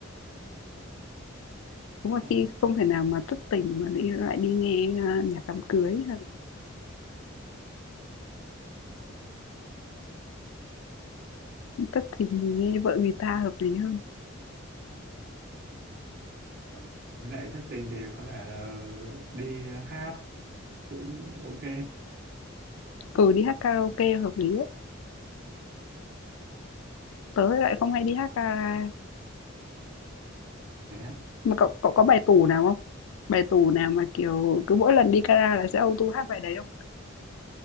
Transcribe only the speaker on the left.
Đúng là
khi không thể nào mà thất tình mà đi lại đi nghe, a, nhạc đám cưới hay thất tình mình nghe vợ người ta hợp lý hơn.
Ừ, đi hát karaoke hợp lý ấy. Tớ lại không hay đi hát karaoke
Mà cậu cậu có bài tủ nào không? Bài tủ nào mà, kiểu, cứ mỗi lần đi kara là sẽ auto hát bài đấy không?